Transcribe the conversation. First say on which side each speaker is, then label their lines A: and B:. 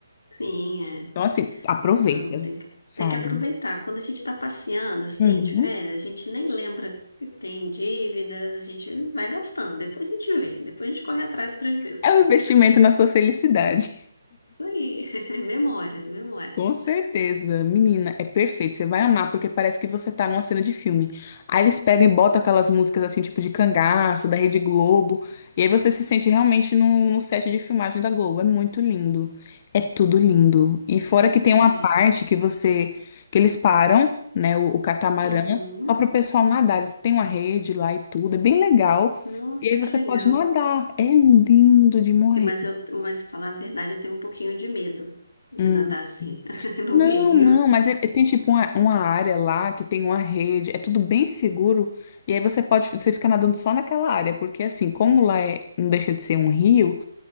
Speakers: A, on the left; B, on the left.
A: Sim, é.
B: Então assim, aproveita,
A: Não, tem que,
B: sabe?
A: tem que aproveitar. Quando a gente tá passeando, assim,
B: Uhum.
A: de férias, a gente nem lembra que tem dívidas, a gente vai gastando. Depois a gente vê, depois a gente corre atrás do prejuízo.
B: É um
A: <laughs>
B: investimento na sua felicidade.
A: Isso aí, <laughs> memórias, memórias.
B: Com certeza, menina, é perfeito. Você vai amar, porque parece que você tá numa cena de filme. Aí eles pegam e botam aquelas músicas assim, tipo de cangaço, da Rede Globo. E aí você se sente realmente no, no set de filmagem da Globo. É muito lindo. É tudo lindo. E fora que tem
A: Ai,
B: uma parte que você, que eles param, né, o, o catamarã,
A: uhum.
B: só pro pessoal nadar. Eles têm uma rede lá e tudo. É bem legal.
A: Nossa,
B: E aí
A: que
B: você
A: legal.
B: pode nadar. É lindo de morrer.
A: E, Mas, eu, mas falar a verdade, eu tenho um pouquinho de medo de
B: Hum.
A: nadar assim, <laughs> no
B: Não,
A: rio.
B: não, mas é- é- tem tipo uma, uma área lá que tem uma rede, é tudo bem seguro, e aí você pode, você fica nadando só naquela área, porque assim, como lá é, não deixa de ser um rio,